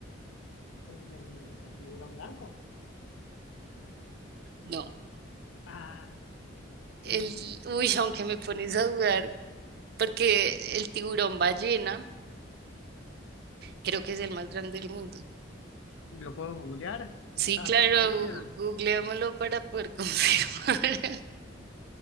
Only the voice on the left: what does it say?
¿El, el tiburón blanco?
Ah,
mm,
¿lo puedo googlear?
¿Me dejas
hacer una búsqueda?